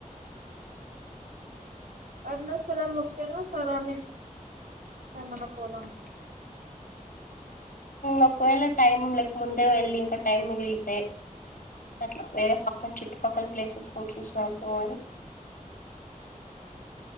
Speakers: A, on the right; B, on the left.
A: అరుణాచలం ఒకటేనా సరౌండింగ్స్ రమన పోదామా
B: ఒకవేళ టైం లేక ముందే వెళ్ళి ఇంకా టైం మిగిలితే అట్లా వేరే పక్కన చుట్టుపక్కల ప్లేసెస్ కూడా చూసాము అని